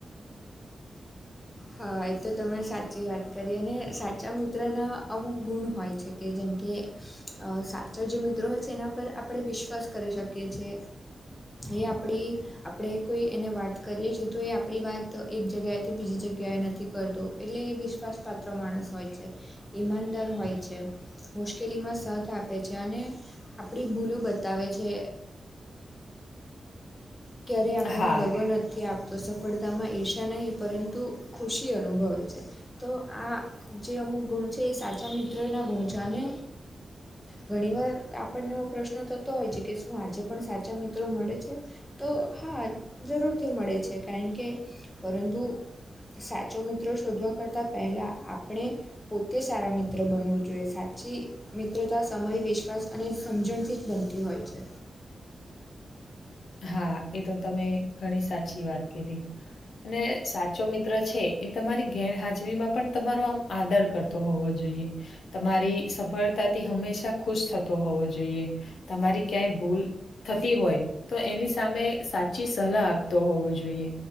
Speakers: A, on the left; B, on the left.
A: હ એ તો તમે સાચી વાત કરી અને સાચા મિત્રના અમુક ગુણ હોય છે કે જેમ કે અ સાચો જે મિત્રો હોય છે, એના પર આપણે વિશ્વાસ કરી શકીએ છે. એ આપણી આપણે કોઈ એને વાત કરીએ છે તો એ આપણી વાત એક જગ્યાએથી બીજી જગ ગ્યાએ નથી કરતો એટલે એ વિશ્વાસ પાત્ર માણસ હોય છે ઈમાનદાર હોય છે. મુશ્કેલીમાં સાથ આપે છે અને આપણી ભૂલો બતાવે છે. ક્યારેય આપણને
B: હા
A: દગો નથી આપ તો સફળતામાં ઈર્ષા નહીં પરંતુ ખુશી અનુભવે છે. તો આ જે અમુક ગુણ છે એ સાચા મિત્રના ગુણ છે અને ઘણી વાર આપણને એવો પ્રશ્ન થતો હોય છે કે શું આજે પણ સાચા મિત્રો મળે છે? તો હા જરૂરથી મળે છે કારણ કે પરંતુ સાચો મિત્રો શોધવા કરતાં પહેલાં આપણે પોતે સારા મિત્ર બનવું જોઈએ સાચી મિત્રતા સમય વિશ્વાસ અને સમજણથી જ બનતી હોય છે.
B: હા એ તો તમે ઘણી સાચી વાત કીધી. અને સાચો મિત્ર છે એ તમારી ગેરહાજરી માં પણ તમારો આમ આદર કર તો હોવો જોઈએ તમારી સફળતાથી હંમેશા ખુશ થતો હોવો જોઈએ તમારી ક્યાંય ભૂલ થતી હો તો એની સામે સાચી સલાહ આપતો હોવો જોઈએ.